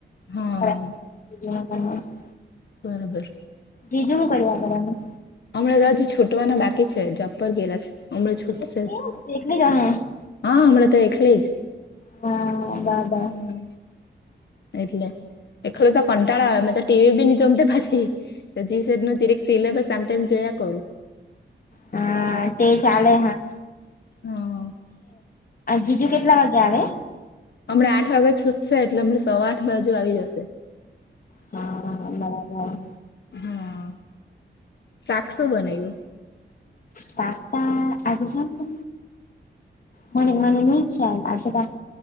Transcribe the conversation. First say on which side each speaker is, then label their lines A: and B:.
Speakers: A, on the left; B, on the left.
A: હા
B: <unintelligible>
A: બરોબર.
B: જીજું, હું કરીયા કરે? અમના.
A: અમના દત્ત છૂટવાના બાકી છે, જોબ પર ગેલા છે, અમના છૂટ
B: એવું
A: સે.
B: કે તું એકલી જ અહે
A: હા, હમણાં તો એકલી જ.
B: હા, બાહ-બાહ
A: હમ એટલે, એખલુ તો કંટાળ આવે, મે તો ટીવી બી ની જોમ તે પાછી. તોી ન જેીરે સિલે બસ આમ ટાઈમ જોયા કરું.
B: હા, તે ચાલે હા.
A: હા
B: જીજુ કેટલા વાગે આવે?
A: હમણા આઠ વાગ્યા છૂટશે, એટલે હમને સવા આઠ બાજુ આવી જશે.
B: હા, બરાબર.
A: હા, શાક શું બનાય્યું?
B: પાથ તા આવે છે કે? મને-મને ન ખ્યાલ આજરા